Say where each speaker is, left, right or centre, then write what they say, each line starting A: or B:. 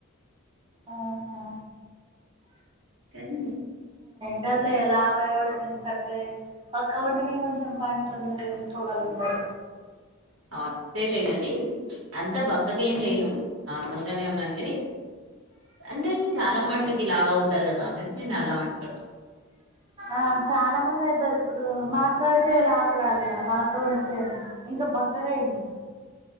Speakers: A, on the right; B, on the right.
A: అహా హా
B: కానీ
A: ఏం కాదులే లావు అవ్వడం ఎందుకు అట్లే బక్క ఉంటేనే కొంచెం పని తొందర చేసుకోగలుగుతం
B: అంతే లే ని అంతా బక్కగా ఏం లేను నార్మల్ గానే ఉన్నాను కాని అంటే చాలా మటికి లావు అవుతారు కదా మానస్వి నేను అలా అంటున్నా.
A: ఆ చాలా మంది సార్ ఇప్పుడు మా అక్క అయితే లావు కాలే మా అక్క కూడా సేమ్ ఇంకా బక్కగా అయింది